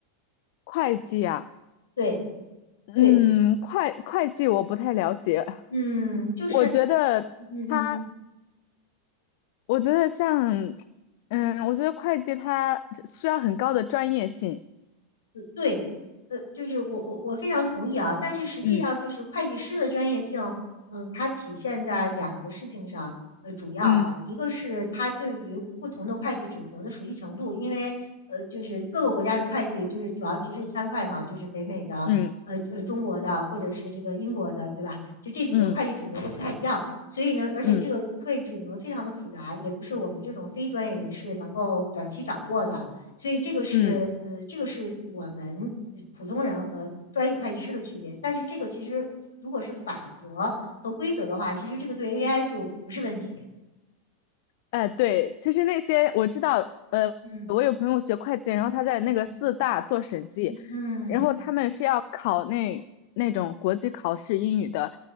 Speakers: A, on the left (about 50°); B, on the left (about 65°).
A: 会计啊，
B: 对。
A: 嗯，
B: 对，
A: 会会计我不太了解，
B: 嗯，就是，
A: 我觉得他，
B: 嗯嗯，嗯
A: 我觉得像，嗯，我觉得会计它需要很高的专业性，
B: 对，呃，就是我我我非常同意啊，但是实际上就是会计师的专业性，
A: 嗯
B: 嗯，它体现在两个事情上，呃，主要啊，
A: 嗯
B: 一个是他对于不同的会计准则的熟悉程度，因为呃，就是各个国家的会计就是主要其实是三块嘛，就是北美的，
A: 嗯
B: 呃呃，中国的或者是这个英国的，对吧？就这几个会计准则都不太一样。
A: 嗯
B: 所以呢，而且这个会计准则非常的复杂，
A: 嗯
B: 也不是我们这种非专业人士能够短期掌握的。所以这个是呃，
A: 嗯，
B: 这个是我们普通人和专业会计师的区别。但是这个其实如果是法则和规则的话，其实这个对 AI 就不是问题。
A: 哎，对，其实那些我知道，呃，
B: 嗯
A: 我有朋友学会计，然后他在那个四大做审计，
B: 嗯嗯，嗯，
A: 然后他们是要考那那种国际考试英语的，